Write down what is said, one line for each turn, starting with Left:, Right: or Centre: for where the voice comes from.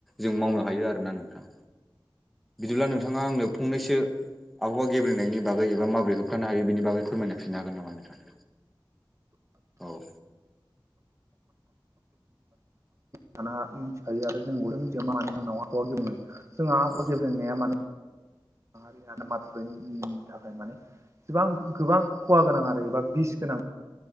Centre: जों मावनो हायो आरोना नोंथां बिदिब्ला नोंथाङा आंनो फंनैसो आबहावा गेब्रेंनायनि बागै एबा माब्रै होबथानो हायो बेनि बागै फोरमायना फिननो हागोन नामा नोंथां? औ
Right: दाना मिथिखायो आरो जोंबो मिथिया मानि जाहोनाव आबहावा गेब्रेङो जोंहा आ आबहावा
Centre: औ
Right: गेब्रेंनाया माने <unintelligible> थाखाय माने गोबां खहा गोनां आरो एबा बिस गोनां